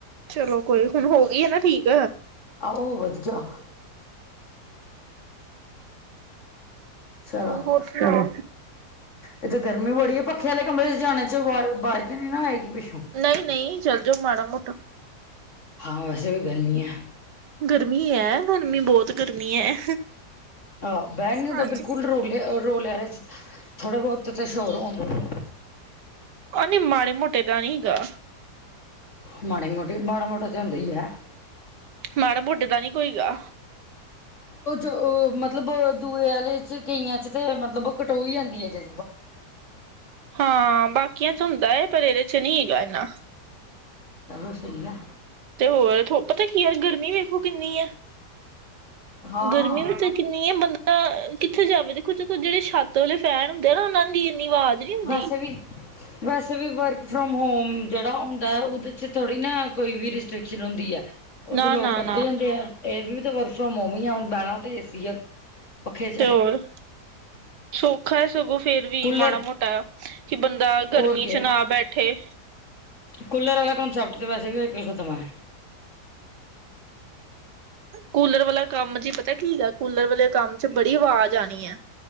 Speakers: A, on the right; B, on the left.
A: ਚਲੋ ਕੋਈ ਹੁਣ ਹੋ ਗਈ ਆ ਨਾ ਠੀਕ।
B: ਆਹ ਉਹ ਵਧੀਆ ਚਲੋ।
A: ਹੋਰ ਸੁਣਾਓ
B: ਇੱਥੇ ਗਰਮੀ ਬੜੀ ਹੈ। ਪੱਖੇ ਵਾਲੇ ਕਮਰੇ 'ਚ ਜਾਣੇ 'ਚ ਆਵਾਜ਼ ਤੇ ਨਾ ਆਏਗੀ ਪਿੱਛੋਂ।
A: ਨਹੀਂ ਨਹੀਂ, ਚੱਲ ਜੋ ਮਾੜਾ-ਮੋਟਾ।
B: ਹਾਂ, ਵੈਸੇ ਵੀ ਗਰਮੀ ਐ।
A: ਗਰਮੀ ਹੈ ਗਰਮੀ ਬਹੁਤ ਗਰਮੀ ਹੈ।
B: ਆ ਬੈਣ ਨੂ
A: ਹਾਂਜੀ
B: ਤਾ ਬਿਲਕੁਲ ਰੋਲੇ ਅ ਰੌਲੇਆ ਚ ਥੋੜੇ ਬੌਤ ਤੇ ਸ਼ੋਰ ਹੋੰਦਾ ਈ ਐ।
A: ਆਹ ਨ ਮਾੜੇ ਮੋਟੇ ਦਾ ਨੀ ਹੇਗਾ।
B: ਮਾੜੀ ਮੋਟੀ ਮਾੜਾ ਮੋਟਾ ਤਾਂ ਹੁੰਦਾ ਹੀ ਹੈ।
A: ਮਾੜਾ ਮੋਟੇ ਦਾ ਨੀ ਕੋਈਗਾ।
B: ਉਹ ਮਤਲਬ ਦੂਏ ਆਲੇ ਚ ਕਈਆਂ ਚ ਤੇ ਮਤਲਬ ਕਟੋਈ ਜਾਂਦੀ ਹੈ ਹਜੇ।
A: ਹਾਂ ਬਾਕੀਆਂ ਚ ਹੁੰਦਾ ਹੈ ਪਰ ਇਹਦੇ ਚ ਨਹੀਂ ਹੈਗਾ ਇੰਨਾ।
B: ਚਲੋ ਸਹੀ ਆ।
A: ਤੇ ਹੋਰ ਪਤਾ ਕੀ ਯਾਰ ਗਰਮੀ ਵੇਖੋ ਕਿੰਨੀ ਹੈ,
B: ਹਾਂ
A: ਗਰਮੀ ਵਿੱਚ ਕਿੰਨੀ ਹੈ ਬੰਦਾ ਕਿੱਥੇ ਜਾਵੇ ਦੇਖੋ ਦੇਖੋ ਜਿਹੜੇ ਛੱਤ ਦੋਲੇ ਫੈਨ ਹੁੰਦੇ ਆ ਨਾ ਓਨਾ ਦੀ ਇੰਨੀ ਅਵਾਜ਼ ਨੀ ਹੁੰਦੀ।
B: ਵੈਸੇ ਵੀ ਵੈਸੇ ਵੀ ਵਰਕ ਫਰੋਮ ਹੋਮ ਜਿਹੜਾ ਹੁੰਦਾ ਉਹਦੇ ਚ ਥੋੜ੍ਹੀ ਨਾ ਕੋਈ ਵੀ ਰਿਸਟ੍ਰਿਕਸ਼ਨ ਹੁੰਦੀ ਹੈ। ਉਹ
A: ਨਾ
B: ਲੋਕ
A: ਨਾ
B: ਕਰਦੇ
A: ਨਾ
B: ਰਹਿੰਦੇ ਆ ਇਹ ਵੀ ਤਾਂ ਵਰਕ ਫਰੋਮ ਹੋਮ ਹੀ ਆ ਹੁਣ ਬਹਿਣਾ ਤੇ ਏਸੀ ਆ ਪੱਖੇ ਜਾ
A: ਤੇ ਹੋਰ ਸੌਖਾ ਏ ਸਗੋਂ ਫੇਰ ਵੀ
B: ਕੂਲਰ
A: ਮਾੜਾ-ਮੋਟਾ ਕਿ ਬੰਦਾ
B: ਹੋਰ
A: ਗਰਮੀ
B: ਕੀ
A: ਚ ਨਾ ਬੈਠੇ
B: ਕੂਲਰ ਵਾਲਾ ਕਸੈਪਟ ਤੇ ਵੈਸੇ ਵੀ ਅਜ ਕਲ ਖ਼ਤਮ ਹੈ।
A: ਕੂਲਰ ਵਾਲਾ ਕੰਮ ਜੀ ਪਤਾ ਕੀ ਹੈ ਕੂਲਰ ਵਾਲੇ ਕੰਮ 'ਚ ਬੜੀ ਆਵਾਜ਼ ਆਉਣੀ ਹੈ।